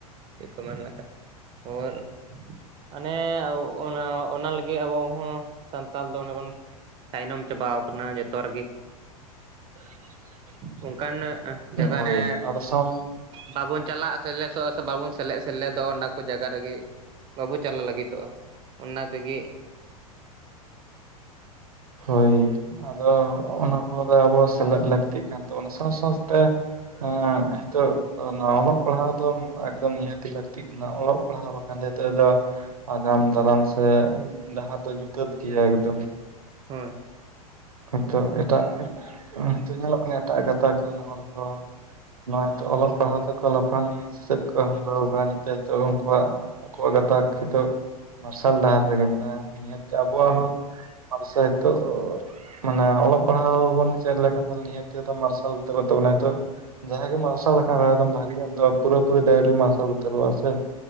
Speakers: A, on the right; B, on the right.
A: ᱪᱮᱫ ᱠᱚ ᱢᱮᱱᱮᱫ ᱠᱟᱱ ᱦᱚᱨ ᱚᱱᱮ ᱚᱱᱟ ᱚᱱᱟ ᱞᱟᱹᱜᱤᱫ ᱟᱵᱚ ᱦᱚᱸ ᱥᱟᱱᱛᱟᱲ ᱫᱚ ᱚᱱᱮ ᱵᱚᱱ ᱛᱟᱭᱱᱚᱢ ᱪᱟᱵᱟᱣ ᱠᱟᱱᱟ ᱡᱚᱛᱚ ᱨᱮᱜᱮ᱾
B: <inaudible>
A: ᱚᱱᱠᱟᱱ ᱡᱟᱭᱜᱟ
B: ᱦᱳᱭ
A: ᱨᱮ
B: ᱟᱫᱚ ᱥᱟᱶ
A: ᱵᱟᱵᱚᱱ ᱪᱟᱞᱟᱜ ᱥᱮᱞᱮᱥᱚᱜᱼᱟ ᱥᱮ ᱵᱟᱵᱚᱱ ᱥᱮᱞᱮᱜ ᱥᱮᱞᱮᱫᱚᱜᱼᱟ ᱚᱱᱟ ᱠᱚ ᱡᱟᱭᱜᱟ ᱨᱮᱜᱮ ᱵᱟᱵᱚ ᱪᱟᱞᱟᱜ ᱞᱟᱹᱜᱤᱫᱚᱜᱼᱟ ᱚᱱᱟ ᱛᱮᱜᱮ
B: ᱦᱳᱭ ᱟᱫᱚ ᱚᱱᱟ ᱠᱚᱨᱮ ᱟᱵᱚ ᱥᱮᱞᱮᱫ ᱞᱟᱹᱠᱛᱤᱜ ᱠᱟᱱ ᱛᱟᱵᱚᱱᱟ, ᱥᱟᱶ ᱥᱟᱶᱛᱮ ᱦᱮᱸ ᱦᱤᱸᱛᱳᱜ ᱚᱱᱟ ᱚᱞᱚᱜ ᱯᱟᱲᱦᱟᱣ ᱫᱚ ᱮᱠᱫᱚᱢ ᱱᱤᱦᱟᱹᱛᱤ ᱞᱟᱹᱠᱛᱤᱜ ᱠᱟᱱᱟ ᱚᱞᱚᱜ ᱯᱟᱲᱦᱟᱣ ᱵᱟᱠᱷᱟᱱ ᱱᱤᱛᱚᱜ ᱫᱚ ᱟᱜᱟᱢ ᱫᱟᱨᱟᱢ ᱥᱮ ᱰᱟᱦᱟᱨ ᱫᱚ ᱧᱩᱛᱟᱹᱛ ᱜᱮᱭᱟ ᱮᱠᱫᱚᱢ᱾
A: ᱦᱳᱭ᱾
B: ᱦᱳᱭᱛᱳ ᱮᱴᱟᱜ ᱦᱤᱸᱛᱳᱜ ᱧᱮᱞᱚᱜ ᱠᱟᱱᱟ ᱮᱴᱟᱜ ᱜᱟᱛᱟᱠ ᱨᱮᱱ ᱦᱚᱲ ᱠᱚ ᱱᱚᱜᱼᱚᱭ ᱛᱚ ᱚᱞᱚᱜ ᱯᱟᱲᱦᱟᱜ ᱛᱮᱠᱚ ᱞᱟᱯᱷᱟᱝ ᱥᱮᱫ ᱠᱚ ᱦᱟᱹᱢᱵᱲᱟᱹᱣ ᱠᱟᱜ ᱱᱤᱡ ᱛᱚ ᱩᱱᱠᱩᱣᱟᱜ ᱟᱠᱚᱣᱟᱜ ᱜᱟᱛᱟᱠ ᱦᱤᱸᱛᱚᱜ ᱢᱟᱨᱥᱟᱞ ᱰᱟᱦᱟᱨ ᱨᱮᱜᱮ ᱢᱮᱱᱟᱜᱼᱟ ᱱᱤᱭᱟᱹ ᱟᱵᱚ
A: ᱦᱩᱸ
B: ᱦᱚᱸ ᱢᱟᱱᱮ ᱥᱮᱭ ᱛᱚ ᱢᱟᱱᱮ ᱚᱞᱚᱜ ᱯᱟᱲᱦᱟᱣ ᱵᱚᱱ ᱪᱮᱫ ᱞᱮᱠᱷᱟᱱ ᱱᱤᱦᱟᱹᱛᱤ ᱢᱟᱨᱥᱟᱞ ᱩᱛᱟᱹᱨᱚᱜ ᱛᱟᱵᱚᱱᱟ ᱦᱤᱸᱛᱚᱜ᱾ ᱡᱟᱦᱟᱸ ᱜᱮ ᱢᱟᱨᱥᱟᱞ ᱟᱠᱟᱱ ᱮᱠᱫᱚᱢ ᱵᱷᱟᱜᱤ ᱧᱚᱜ ᱫᱚ ᱯᱩᱨᱟᱹᱯᱩᱨᱤ ᱫᱚ ᱟᱹᱣᱨᱤ ᱢᱟᱨᱥᱟᱞ ᱩᱛᱟᱹᱨᱚᱜᱼᱟ ᱥᱮ᱾